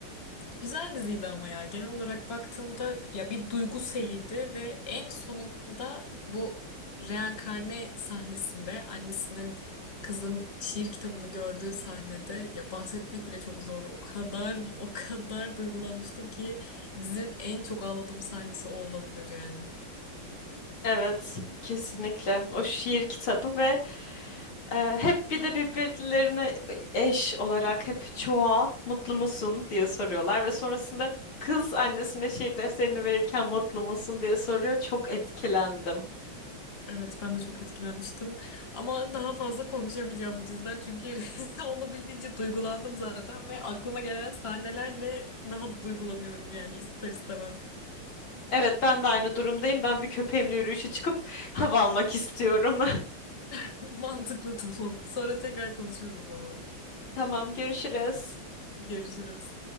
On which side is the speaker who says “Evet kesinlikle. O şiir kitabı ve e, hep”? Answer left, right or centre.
Left